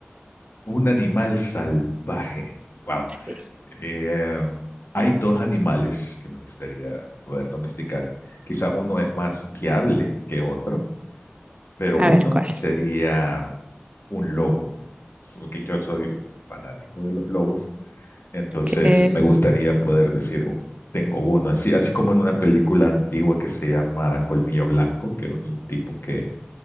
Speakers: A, on the left (about 65°); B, on the right (about 30°).
A: un animal salvaje. Wow.
B: Sí.
A: Eh, hay dos animales que me gustaría poder domesticar. Quizás uno es más viable que otro, pero
B: A
A: uno
B: ver, ¿cuál
A: sería
B: es?
A: un lobo, es porque yo soy fanático de los lobos, entonces
B: ¿Qué?
A: me gustaría poder decir, "Oh, tengo uno, así, así como en una película antigua que se llama Colmillo Blanco, que es de un tipo que,